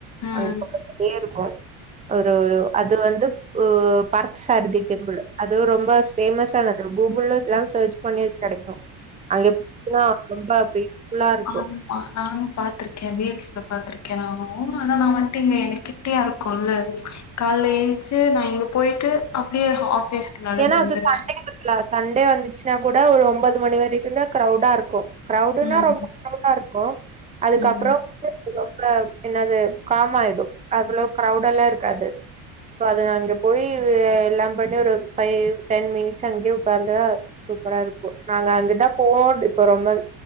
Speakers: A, on the left (about 40°); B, on the right (about 15°).
A: ம்
B: அங்க பக்கத்து ஏ இருக்கு ஒரு ஒரு அது வந்து பார்த்த சாரதி டெம்பிள் அதுவு ரொம்ப ஃபேமஸ் சானது கூகுள் எல்லா சர்ச் பண்ணி கெடைக்கு அங் <inaudible> ச்சுன்னா ரொம்ப இருக்கு
A: ஆம் நானு பாத்துருக்க வீ எக்ஸ் ல பாத்திருக்க நானு ஆனா நா வன்ட்டீங்க எனக்கிட்டயா இருக்குல்ல கால ஏஞ்ச்சு நா இங்க போய்ட்டு அப்டியே ஆஃபீஸ்க்கு நடந்து
B: ஏன்னா அது
A: வந்துருவே
B: சண்டே இருக்குலா சண்டே வந்துச்சுன்னா கூட ஒரு ஒன்பது மணி வரைக்குதா க்ரௌடா இருக்கு க்ரௌடுன்னா
A: ம்
B: ரொம்ப க்ரௌடா இருக்கு அதுக்கப்புறோ
A: ம்
B: <unintelligible> ரொம்ப என்னது காமாயிடு அவ்ளோ க்ரௌடெல்லா இருக்காது சோ அது நா அங்க போய் எல்லா பண்ணி ஒரு ஃபைவ் டென் மினிட்ஸ் அங்கே ஒக்காந்து சூப்பரா இருக்கு நாங்க அங்கதா போவோ இப்ப ரொம்ப